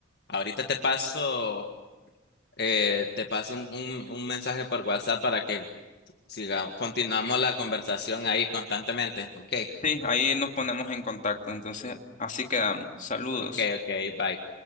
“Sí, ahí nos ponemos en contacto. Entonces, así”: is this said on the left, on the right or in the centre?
Left